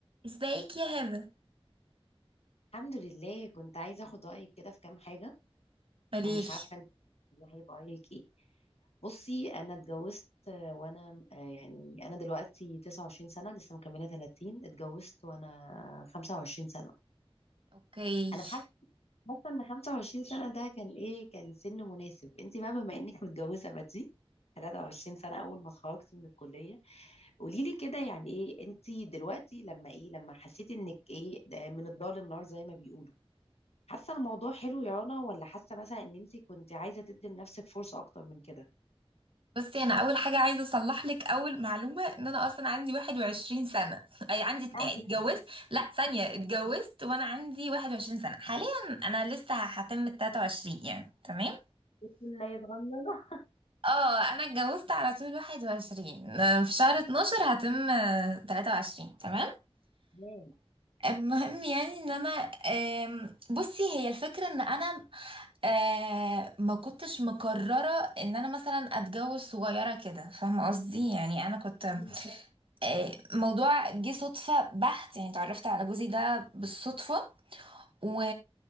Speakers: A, on the right; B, on the left.
A: ازيك يا هبه
B: الحمد لله كنت عايزة اخد رأيك كده في كام حاجة
A: قوليلي
B: ومش عارفة انت هيبقى رأيك ايه بصي انا اتجوزت آه، وانا آه، يعني انا دلوقتي 29 سنة لسه مكملة 30 اتجوزت وانا 25 سنة
A: اوكي
B: انا حاسة بس ان 25 سنة ده كان ايه كان سن مناسب انت بقى بما انك متجوزة بدري 23 سنة اول ما اتخرجت من الكلية قولي لي كده يعني ايه انت دلوقتي لما ايه لما حسيتي انك ايه ده من الضال للنار زي ما بيقولوا حاسه ان الموضوع حلو يا رنا ولا حاسه مثلا ان انت كنت عايزه تدي لنفسك فرصه اكتر من كده
A: بصي انا اول حاجه عايزه اصلح لك اول معلومه ان انا اصلا عندي 21 سنه <laughs> اي عندي اتن-
B: اه
A: اتجوزت لا ثانيه اتجوزت وانا عندي 21 سنه حاليا انا لسه هتم ال 23 يعني تمام
B: بسم الله صغننه
A: اه انا اتجوزت على طول 21 في شهر 12 هتم 23 تمام
B: تمام
A: المهم يعني ان انا آم، بصي هي الفكرة ان انا آه، ما كنتش مقررة ان انا مثلا اتجوز صغيرة كده فاهمة قصدي يعني انا كنت
B: مم.
A: آه، موضوع جه صدفة بحت يعني اتعرفت على جوزي ده بالصدفة و-